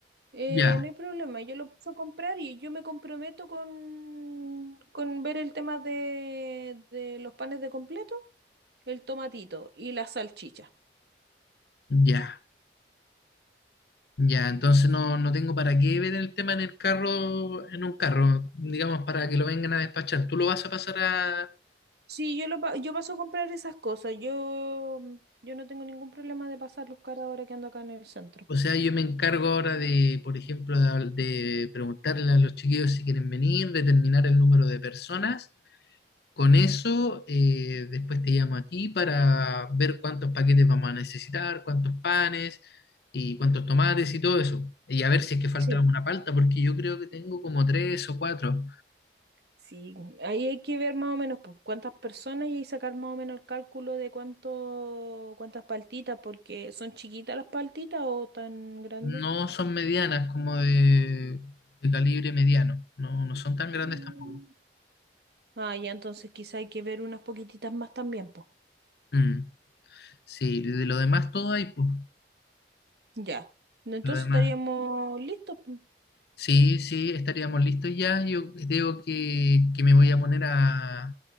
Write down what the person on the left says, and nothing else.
Ya,
ya, ya. Entonces no, no tengo para qué ver el tema en el carro, en un carro, digamos, para que lo vengan a despachar. Tú lo vas a pasar a...
O sea, yo me encargo ahora de, por ejemplo, de, de preguntarle a los chiquillos si quieren venir, determinar el número de personas. Con eso, eh, después te llamo a ti para ver cuántos paquetes vamos a necesitar, cuántos panes y cuántos tomates y todo eso. Y a ver si es que falta
alguna palta, porque yo creo que tengo como tres o cuatro.
No son medianas, como de, de calibre mediano. No, no son tan grandes
tampoco.
Mm, Sí, de lo demás todo hay, pues.
Lo demás.
Sí, sí, estaríamos listos ya. Yo creo que, que me voy a poner a,